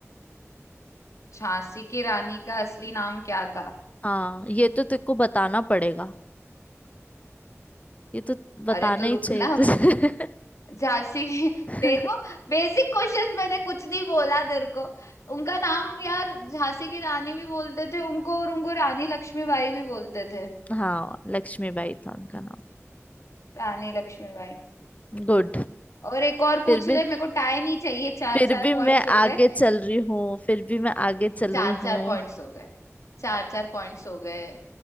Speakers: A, on the left; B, on the left.
A: झांसी की रानी का असली नाम क्या था
B: हाँ ये तो तेरे को बताना पड़ेगा
A: ठीक है।
B: ये तो बताना
A: अरे तो
B: ही
A: रुकना
B: चाहिए तुझे
A: झांसी की
B: <laughs>
A: देखो बेसिक क्वेश्चंस मैंने कुछ नहीं बोला तेरे को उनका नाम यार झांसी की रानी भी बोलते थे उनको और उनको रानी लक्ष्मीबाई भी बोलते थे
B: हाँ लक्ष्मीबाई था उनका नाम
A: रानी लक्ष्मीबाई
B: गुड
A: और एक और पूछ
B: फिर भी
A: ले मेरे को टाई नहीं चाहिए चार
B: फिर
A: चार
B: भी
A: पॉइंट्स
B: मैं
A: हो
B: आगे
A: गए
B: चल रही हूँ फिर भी मैं आगे चल
A: चार
B: रही
A: चार
B: हूँ
A: पॉइंट्स हो गए चार चार पॉइंट्स हो गए